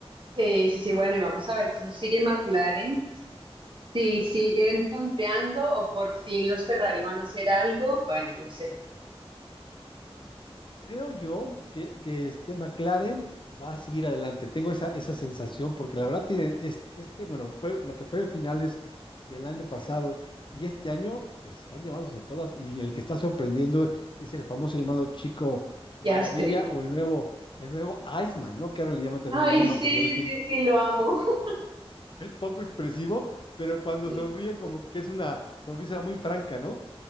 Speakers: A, on the right (about 50°); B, on the left (about 50°).
A: Sí, sí, sí, bueno, y vamos a ver cómo sigue McLaren. Si siguen punteando o por fin los Ferrari van a hacer algo, bueno, no sé.
B: Creo yo que, que este McLaren va a seguir adelante. Tengo esa, esa sensación porque la verdad tienen este, este, bueno, fue lo que fue finales del año pasado y este año pues están llevándose todas y el que está sorprendiendo es el famoso llamado Chico Maravilla
A: Piastri.
B: o el nuevo, el nuevo Iceman, ¿no? Que ahora le llaman también
A: Ay,
B: el Iceman
A: sí,
B: porque ya ves que es,
A: sí, sí, lo amo. <laughs>
B: es poco expresivo, pero cuando
A: Sí,
B: sonríe como que es una sonrisa muy franca, ¿no?